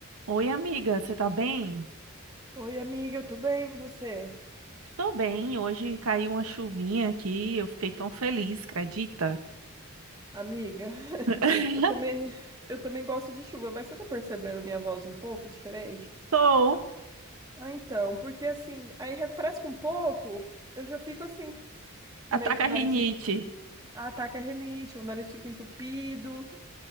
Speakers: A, on the right (about 80°); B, on the right (about 15°).
A: Oi, amiga, você tá bem?
B: Oi, amiga, eu tô bem, e você?
A: Tô bem, hoje caiu uma chuvinha aqui, eu fiquei tão feliz, acredita?
B: Amiga, <laughs>
A: <laughs>
B: eu também, eu também gosto de chuva, mas você tá percebendo a minha voz um pouco diferente?
A: Tô,
B: Ah, então, porque assim, aí refresca um pouco, eu já fico assim, meio
A: ataca
B: com o
A: a rinite.
B: nariz entupido. Ataca a rinite, o nariz fica entupido,